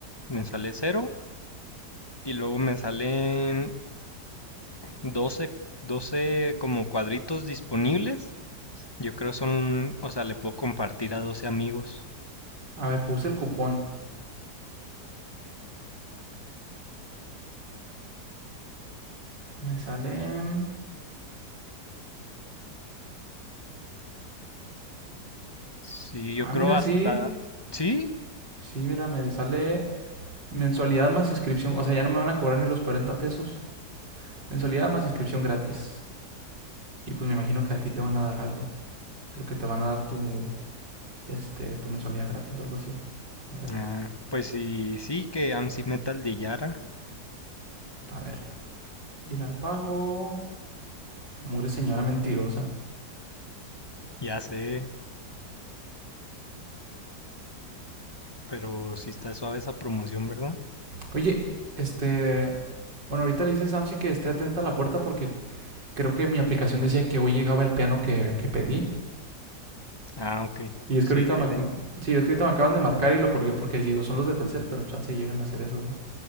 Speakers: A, on the left (about 15°); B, on the right (about 85°).
A: me sale cero y luego me salen 12 12 como cuadritos disponibles. Yo creo son, o sea, le puedo compartir a 12 amigos.
B: A ver, puse el cupón. Me sale...
A: Sí, yo
B: Ah,
A: creo
B: mira,
A: hasta...
B: sí.
A: Sí,
B: Sí, mira, me sale Mensualidad más inscripción. O sea, ya no me van a cobrar ni los 40 pesos. Mensualidad más inscripción gratis. Y pues me imagino que a ti te van a dar algo. Creo que te van a dar tu, este, tu mensualidad gratis o algo así. A ver,
A: ah, pues sí, sí, que AMSI Metal de Yara.
B: a ver. Ir al pago. Mugre señora mentirosa.
A: Ya sé, pero sí está suave esa promoción, ¿verdad?
B: Oye, este... Bueno, ahorita le dice Samsi que esté atenta a la puerta porque creo que mi aplicación decía que hoy llegaba el piano que, que pedí.
A: Ah, ok.
B: Y es
A: Sí,
B: que ahorita
A: ahí
B: me,
A: le...
B: sí, es que ahorita me acaban de marcar y lo colgué porque digo, son los de Telcel, pero chance llegan a hacer eso, ¿no?